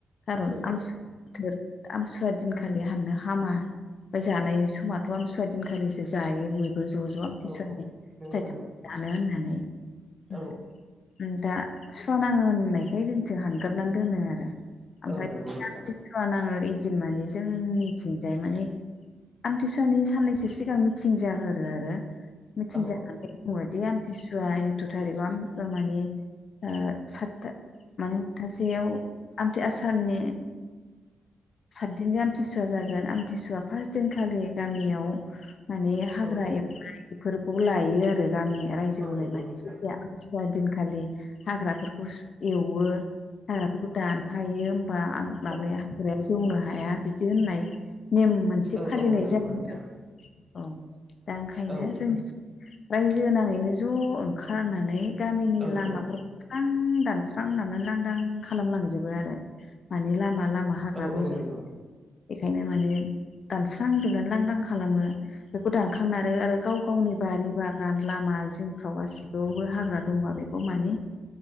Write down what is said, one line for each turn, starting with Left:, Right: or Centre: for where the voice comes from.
Left: खारन
Right: औ औ
Left: आमसु बोथोर आमसुवा दिनखालि हाननो हामा ओमफ्राय जानाय समाथ' आम सुवादिनखालिसो जायो बयबो ज' ज' आमथिसुवानि
Right: औ औ
Left: फिथाइ
Right: नंगौ नंगौ
Left: साम जानो होननानै ओम
Right: औ
Left: दा सुवा नाङो होननायखाय जोंथिं हानगारनानै दोनो आरो ओमफ्राय
Right: औ नंगौ नोंथां
Left: <inaudible> सुवा नाङो एदिन माने जों जोंनिथिंजाय माने आमथिसुवानि साननैसो सिगां मिथिं जागोरो आरो मिथिंजानानै
Right: औ
Left: बुङोदि आमथिसुवा एकथ' थारिखाव आमथिसुवा मानि सातथा माने सप्तासेयाव आमथि आसारनि सातदिननि आमथिसुवा जागोन आमथिसुवा फार्त दिनखालि गामियाव माने हाग्रा
Right: औ औ
Left: एवनाय बेफोरखौ लायो आरो गामिया रायजो
Right: औ
Left: हलाय
Right: नंगौ
Left: माने
Right: नोंथां
Left: जेखिया दिनखालि हाग्राफोरखौ एवो हाग्राफोरखौ दानफायो बा माबाया
Right: औ
Left: हाग्राया जौनो हाया बिदि होननाय नेम मोन एसे
Right: औ
Left: फालिनाय
Right: औ नंगौ
Left: जायो
Right: नोंथां
Left: औ दा ओंखायनो
Right: औ
Left: जोंनिथिं रायजो नाङैनो ज' ओंखारनानै गामिनि
Right: औ
Left: लामा
Right: औ
Left: बस्रां दानस्रां लांदां खालामलांजोबो आरो माने लामा लामा हाग्रा
Right: औ
Left: रजायो
Right: औ नंगौ
Left: बेखायनो माने दानस्रां जोब दानलांदां खालामो बेखौ दानखां आरो आरो गाव गावनि बारि बागान लामा जिंफ्राव गासिावबो हाग्रा दंबा बेखौ बेखौ माने